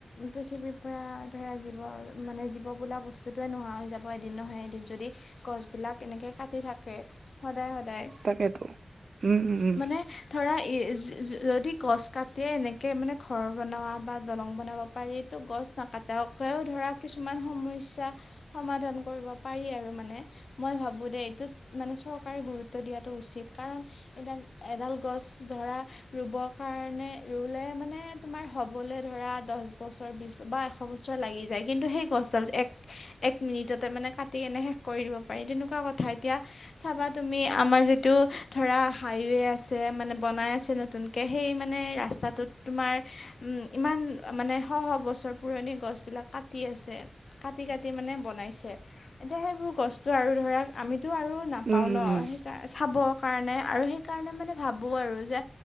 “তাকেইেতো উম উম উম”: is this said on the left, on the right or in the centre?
Right